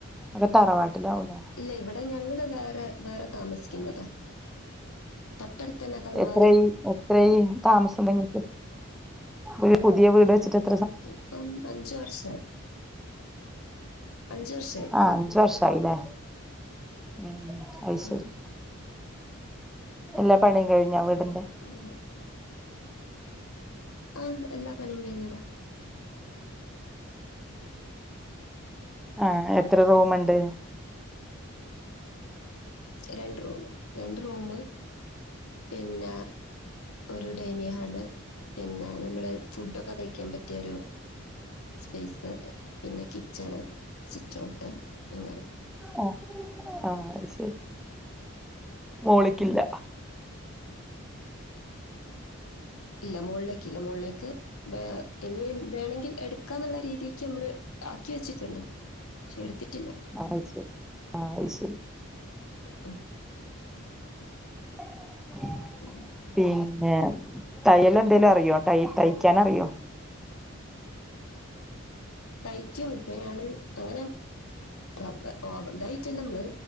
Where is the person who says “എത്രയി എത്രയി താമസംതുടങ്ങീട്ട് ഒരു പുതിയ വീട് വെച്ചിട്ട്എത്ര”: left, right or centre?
Centre